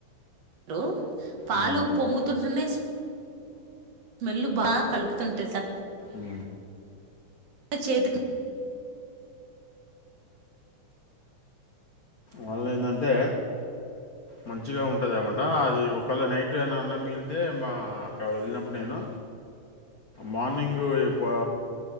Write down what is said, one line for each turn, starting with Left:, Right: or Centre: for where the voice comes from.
Right: రూ పాలు
Left: ఉమ్,
Right: పొంగుతుంటేనే స్మెల్ బాగా కలుపుతుంట
Left: ఉ
Right: చేతికి
Left: వాళ్ళ ఏంటంటే మంచిగా ఉంటుందన్నమాట అది ఒకవేళ నైట్ ఏనా అన్నం మిలితే మా అక్కడ వెళ్ళినప్పుడు నేను మార్నింగ్ ఇ పా